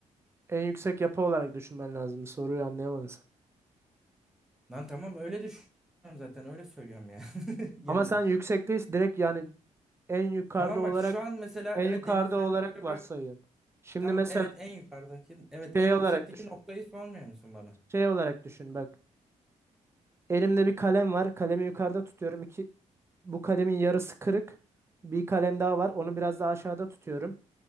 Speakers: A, on the right (about 20°); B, in the centre.
A: en yüksek yapı olarak düşünmen lazım. Soruyu anlayamadın sen.
B: lan tamam öyle düşünüyorum zaten öyle söylüyorum ya. <laughs> Yani
A: Ama sen yüksekteyiz direkt yani en yukarıda
B: tamam
A: olarak
B: bak şu an mesela
A: en
B: evet
A: yukarıda
B: denizden
A: olarak
B: yukarı
A: varsayıyorsun.
B: bak.
A: Şimdi
B: Tamam
A: mesela
B: evet en yukarıdaki evet
A: şey
B: en yüksekteki
A: olarak düşün.
B: noktayı sormuyor musun bana?
A: Şey olarak düşün bak. Elimde bir kalem var. Kalemi yukarıda tutuyorum. İki, bu kalemin yarısı kırık. Bir kalem daha var. Onu biraz daha aşağıda tutuyorum.